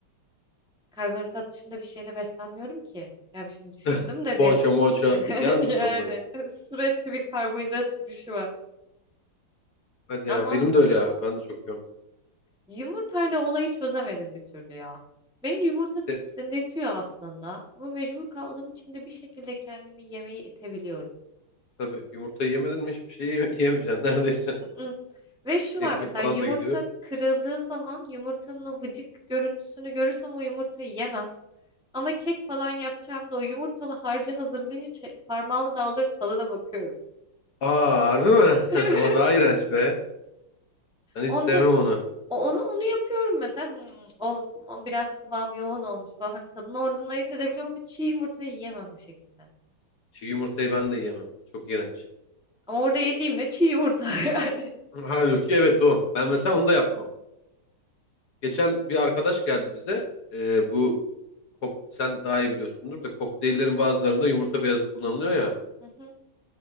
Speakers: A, in the centre; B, on the left.
A: Karbonhidrat dışında bir şeyle beslenmiyorum ki. Yani şimdi düşündüm
B: <laughs>
A: de
B: Poğaça
A: bir
B: moğaça
A: <laughs>
B: yer misin
A: yani
B: onları?
A: sürekli bir karbonhidrat girişi var.
B: Hadi
A: Ama
B: ya benim de öyle ya. Ben de çok yiyorum.
A: yumurtayla olayı çözemedim bir türlü ya. Beni yumurta tiksindirtiyor
B: De,
A: aslında. Ama mecbur kaldığım için de bir şekilde kendimi yemeğe itebiliyorum.
B: tabii yumurta yemedin mi hiçbir şey yeme- yiyemeyeceksin neredeyse.
A: Mm-mm.
B: <laughs>
A: Ve şu
B: Ekmek
A: var mesela
B: falan
A: yumurta
B: da gidiyor.
A: kırıldığı zaman yumurtanın o vıcık görüntüsünü görürsem o yumurtayı yemem. Ama kek falan yapacağım da o yumurtalı harcı hazırlayınca çe- parmağımı daldırıp tadına bakıyorum.
B: Aa harbi mi? <laughs>
A: <laughs>
B: O daha iğrenç be. Ben hiç
A: Onda
B: sevmem onu.
A: o- onu onu yapıyorum mesela. Hmm, ol- o biraz kıvam yoğun olmuş. Bak hani tadını oradan ayırt edebiliyorum ama çiğ yumurtayı yiyemem o şekilde.
B: Çiğ yumurtayı ben de yiyemem. Çok iğrenç.
A: Ama orada yediğimde çiğ yumurta <laughs> yani.
B: Halbuki evet o. Ben mesela onu da yapmam. Geçen
A: Bil-
B: bir arkadaş geldi bize. Ee, bu kok sen daha iyi biliyorsundur da kokteyllerin bazılarında yumurta beyazı kullanılıyor ya.
A: Hı hı.